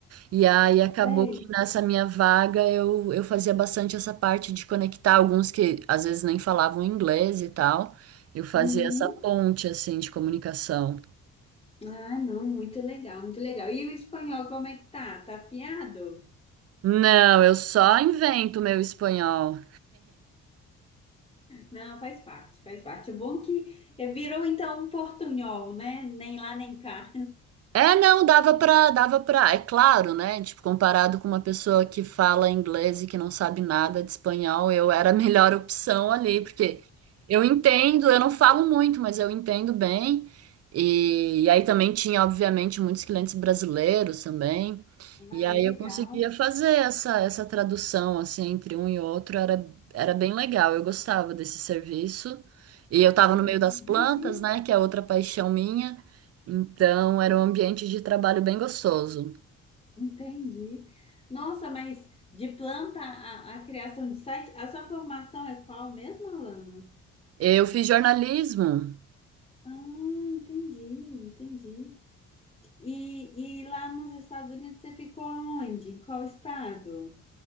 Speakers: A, on the right (about 55°); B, on the left (about 20°).
A: E aí acabou
B: sei.
A: que nessa minha vaga eu, eu fazia bastante essa parte de conectar alguns que às vezes nem falavam inglês e tal. Eu fazia
B: Uhum.
A: essa ponte assim de comunicação.
B: Ah, não, muito legal, muito legal. E o espanhol, como é que tá? Tá afiado?
A: Não, eu só invento meu espanhol.
B: Não, faz parte, faz parte. O bom que eh, virou então um portunhol, né? Nem lá nem cá.
A: É, não, dava pra, dava pra, é claro, né? Tipo, comparado com uma pessoa que fala inglês e que não sabe nada de espanhol, eu era a melhor <laughs> opção ali, porque eu entendo, eu não falo muito, mas eu entendo bem. E, e aí também tinha, obviamente, muitos clientes brasileiros também.
B: Ah,
A: E aí
B: é legal.
A: eu conseguia fazer essa, essa tradução, assim, entre um e outro, era, era bem legal, eu gostava desse serviço. E eu tava
B: Hum,
A: no meio das
B: Imagina.
A: plantas, né? Que é outra paixão minha. Então, era um ambiente de trabalho bem gostoso.
B: Entendi. Nossa, mas de planta a, a criação de site, a sua formação é qual mesmo, Alana?
A: Eu fiz jornalismo.
B: Ah, entendi, entendi. E, e lá nos Estados Unidos você ficou onde? Em Qual estado?